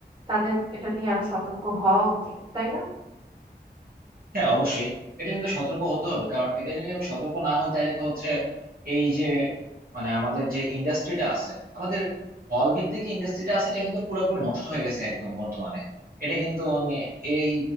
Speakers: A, on the right; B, on the right.
A: তাদের এটা নিয়ে আরো সতর্ক হওয়া উচিত তাই না
B: হ্যাঁ অবশ্যই এটা কিন্তু সতর্ক হতে হবে কারণ এটা যদি আমি সতর্ক না হই তাহলে তো হচ্ছে এই যে মানে আমাদের যে ইন্ডাস্ট্রিটা আছে আমাদের হল ভিত্তিক যে ইন্ডাস্ট্রিটা আছে এটা কিন্তু পুরোপুরি নষ্ট হয়ে গেছে একদম বর্তমানে এটা কিন্তু নে- এই